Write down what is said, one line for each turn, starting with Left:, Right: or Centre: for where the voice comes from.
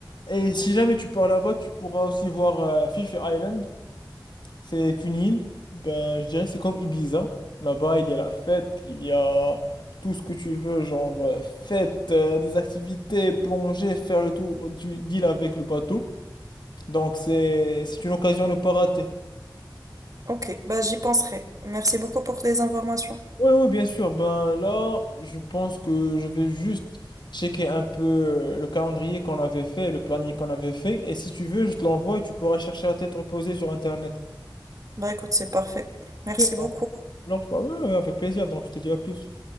Left: Et si jamais tu pars là-bas, tu pourras aussi voir euh, Fifi Island. C'est une île, ben, je dirais que c'est comme Ibiza. Là-bas, il y a la fête, il y a tout ce que tu veux, genre euh, fête, euh, des activités, plonger, faire le tour du- d'île avec le bateau. Donc c'est c'est une occasion à ne pas rater.
Right: Ok. Bah, j'y penserai. Merci beaucoup pour les informations.
Left: Oui, oui, bien sûr. Ben là, je pense que je vais juste checker un peu euh, le calendrier qu'on avait fait, le planning qu'on avait fait. Et si tu veux, je te l'envoie et tu pourras chercher à tête reposée sur Internet.
Right: Bah, écoute, c'est parfait. Merci
Left: Ok,
Right: beaucoup.
Left: donc, donc, ouais, ouais, avec plaisir. Donc je te dis à plus.